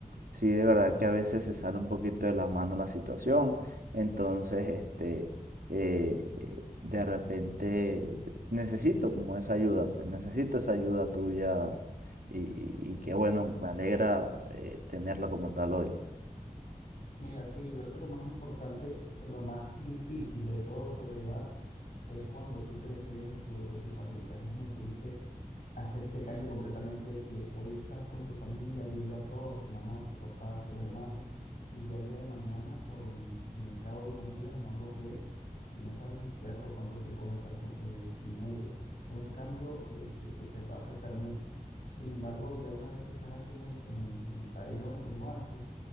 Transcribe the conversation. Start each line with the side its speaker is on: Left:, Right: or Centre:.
Right: Sí, de verdad que a veces se sale un poquito de las manos la situación. Entonces, este, eh, de repente de- necesito como esa ayuda, pues necesito esa ayuda tuya y, y- y que bueno, me alegra eh, tenerla como tal hoy.
Left: Mira, sí, yo creo que lo más importante, lo más difícil de todo de sobrellevar es cuando tú te despides de tu, de tu familia. Es muy triste hacer ese cambio completamente de que hoy estás con tu familia, viendo a todos, a tu mamá, a tu papá, a tus hermanos, y ya el día de mañana o en, en el cabo de unos días no los ves y no sabes ni siquiera por cuánto tiempo vas a estar con- eh, sin ellos. Es un cambio este, que te va a afectar mucho. Sin embargo, ya una vez que estás aquí en el, en el, en el país donde te mudaste,